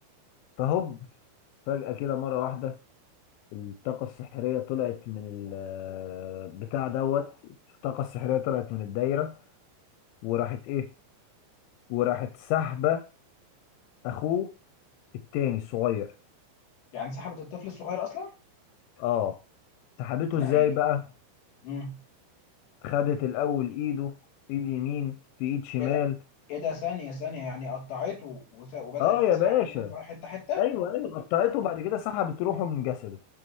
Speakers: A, on the left (about 85°); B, on the left (about 55°).
A: فهوب فجاه كده مره واحده الطاقه السحريه طلعت من ال- آه، بتاع دوت الطاقه السحريه طلعت من الدايره وراحت ايه وراحت سحبه اخوه التاني الصغير
B: يعني سحبت الطفل الصغير اصلا
A: اه سحبته
B: مم، يا
A: ازاي
B: عيني
A: بقى
B: امم
A: خدت الاول ايده ايد يمين في ايد شمال
B: ايه ده ايه ده ثانية ثانية يعني قطعته وس- وبدأت
A: اه يا
B: تسحب
A: باشا
B: منه حتة حتة
A: ايوه ايوه قطعته وبعد كده سحبت روحه من جسده